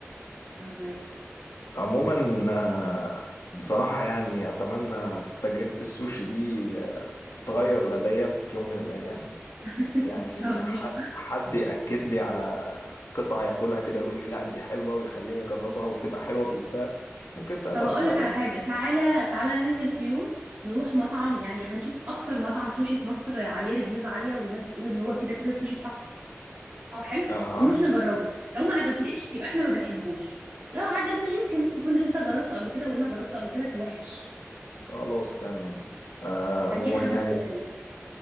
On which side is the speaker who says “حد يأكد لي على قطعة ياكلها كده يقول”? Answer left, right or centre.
Left